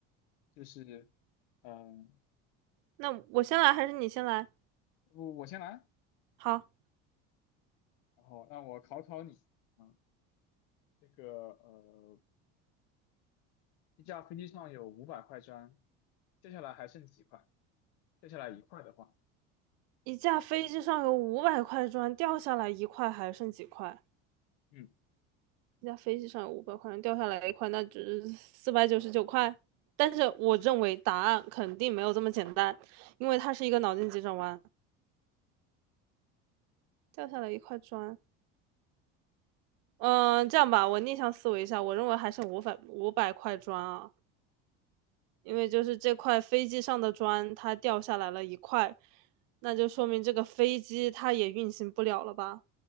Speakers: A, on the left (about 90°); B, on the right (about 65°).
A: 就是，嗯、
B: 那我先来还是你先来？
A: 我我先来，
B: 好，
A: 然后让我考考你啊、这个呃，一架飞机上有五百块砖，接下来还剩几块？接下来一块的话，
B: 一架飞机上有五百块砖，掉下来一块，还剩几块？
A: 嗯，
B: 一架飞机上有五百块砖，掉下来一块，那就是四百九十九块。但是我认为答案肯定没有这么简单，因为它是一个脑筋急转弯。掉下来一块砖，嗯，这样吧，我逆向思维一下，我认为还剩五百五百块砖啊。因为就是这块飞机上的砖它掉下来了一块，那就说明这个飞机它也运行不了了吧？